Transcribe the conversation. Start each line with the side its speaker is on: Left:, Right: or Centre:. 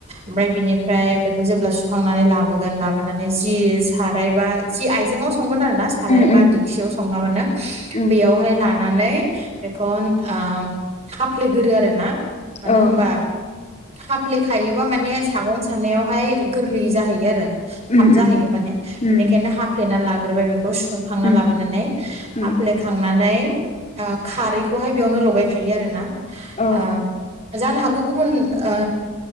Right: ओमफ्राय बिनि फ्राय बेखौ जेब्ला सुखांनानै लाबोगोन लाबोनानै जि साराय बा जि आइजेंआव संगोन आरो ना साराय
Left: उम औ उम
Right: बा दिखसियाव सं मानो
Left: उम
Right: बेयावहाय लानानै बेखौ ओ हाफ्ले गोरो आरोना मानो
Left: औ
Right: होमबा हाफ्ले खायोबा माने सागं सानायावहाय गोरलैयै जाहैयो आरो
Left: उम
Right: थाब
Left: उम
Right: जाहैयो माने बेनिखायनो
Left: औ
Right: हाफ्लेना ला ग्रोबाय बेखौ सुखांना
Left: उम
Right: लाबोनानै
Left: औ
Right: हफ्लेखांनानै ओ खारैखौहाय बेयावनो लगायखायो आरो ना
Left: अ औ उम औ
Right: ओ जानो हागौ गुबुन ओ